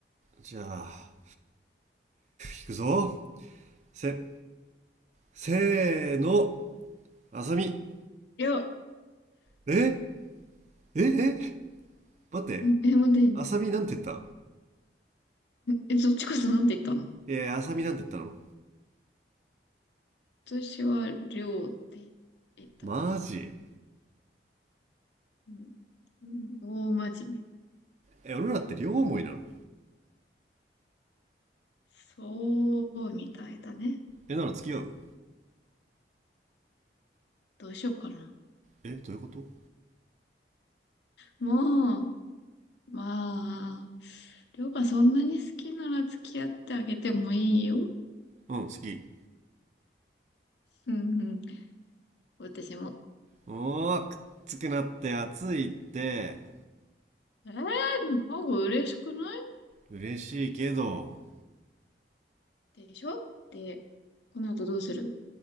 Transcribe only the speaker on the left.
りょう、
え、待って、
え、そっちこそなんて言ったの
私は、りょうって言った。
うん。うん大真面目。
そう、みたいだね。
どうしようかな。
もう、まあ、りょうがそんなに好きなら付き合ってあげてもいいよ。
うんうん。私も。
えー、の方が嬉しくない
でしょで、この後どうする